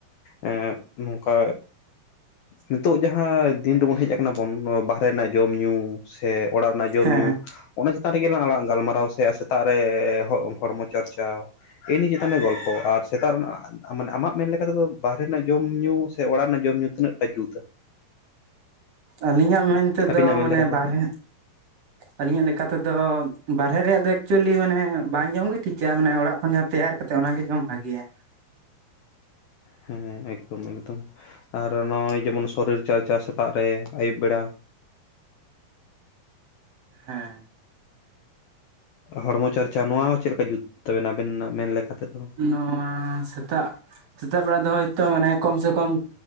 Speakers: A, on the left (about 75°); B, on the right (about 60°).
A: ᱮᱸ ᱱᱚᱝᱠᱟ ᱱᱤᱛᱚᱜ ᱡᱟᱦᱟᱸ ᱫᱤᱱ ᱨᱮᱵᱚᱱ ᱦᱮᱡ ᱠᱟᱱᱟ ᱵᱚᱱ ᱵᱟᱦᱨᱮ ᱨᱮᱱᱟᱜ ᱡᱚᱢ ᱧᱩ ᱥᱮ ᱚᱲᱟᱜ ᱨᱮᱱᱟᱜ ᱡᱚᱢ
B: ᱦᱮᱸ
A: ᱧᱩ ᱚᱱᱟ ᱪᱮᱛᱟᱱ ᱨᱮᱜᱮ <unintelligible> ᱟᱞᱟᱝ ᱜᱟᱞᱢᱟᱨᱟᱣ ᱥᱮ ᱥᱮᱛᱟᱜ ᱨᱮ ᱦᱚᱲᱢᱚ ᱪᱟᱨᱪᱟᱣ ᱤᱱᱤ ᱪᱮᱛᱟᱱᱨᱮ ᱜᱚᱞᱯᱚ ᱟᱨ ᱥᱮᱛᱟᱜ ᱨᱮᱱᱟᱜ ᱢᱟᱱᱮ ᱟᱢᱟᱜ ᱢᱮᱱ ᱞᱮᱠᱟᱛᱮᱫᱚ ᱵᱟᱦᱨᱮ ᱨᱮᱱᱟᱜ ᱡᱚᱢ ᱧᱩ ᱥᱮ ᱚᱲᱟᱜ ᱨᱮᱱᱟᱜ ᱡᱚᱢ ᱧᱩ ᱛᱤᱱᱟᱹᱜ ᱴᱟ ᱡᱩᱛᱟ?
B: ᱟᱹᱞᱤᱧᱟᱜ ᱢᱮᱱ ᱛᱮᱫᱚ
A: ᱟᱹᱵᱤᱱᱟᱜ ᱢᱮᱱ
B: ᱢᱟᱱᱮ
A: ᱞᱮᱠᱟ ᱛᱮᱫᱚ
B: ᱵᱟᱨᱦᱮ ᱟᱹᱞᱤᱧᱟᱜ ᱞᱮᱠᱟ ᱛᱮᱫᱚ ᱵᱟᱨᱦᱮ ᱨᱮᱭᱟᱜ ᱫᱚ ᱮᱠᱪᱩᱭᱮᱞᱤ ᱢᱟᱱᱮ ᱵᱟᱝ ᱡᱚᱢ ᱜᱮ ᱴᱷᱤᱠᱟ ᱢᱟᱱᱮ ᱚᱲᱟᱜ ᱠᱷᱚᱱ ᱡᱟᱦᱟᱸ ᱛᱮᱭᱟᱨ ᱠᱟᱛᱮ ᱚᱱᱟᱜᱮ ᱡᱚᱢ ᱵᱷᱟᱜᱮᱭᱟ
A: ᱦᱮᱸ ᱮᱠᱫᱚᱢ ᱮᱠᱫᱚᱢ ᱟᱨ ᱱᱚᱜᱼᱚᱭ ᱡᱮᱢᱚᱱ ᱥᱚᱨᱤᱨ ᱪᱟᱨᱪᱟ ᱥᱮᱛᱟᱜ ᱨᱮ ᱟᱹᱭᱩᱵ ᱵᱮᱲᱟ
B: ᱦᱮᱸ
A: ᱦᱚᱲᱢᱚ ᱪᱟᱨᱪᱟ ᱱᱚᱣᱟ ᱪᱮᱫ ᱞᱮᱠᱟ ᱡᱩᱛ ᱛᱟᱵᱮᱱᱟ ᱟᱵᱮᱱᱟᱜ ᱢᱮᱱ ᱞᱮᱠᱟ ᱛᱮᱫᱚ?
B: ᱱᱚᱣᱟ ᱥᱮᱛᱟᱜ, ᱥᱮᱛᱟᱜ ᱵᱮᱲᱟ ᱫᱚ ᱦᱚᱭᱛᱳ ᱢᱟᱱᱮ ᱠᱚᱢ ᱥᱮ ᱠᱚᱢ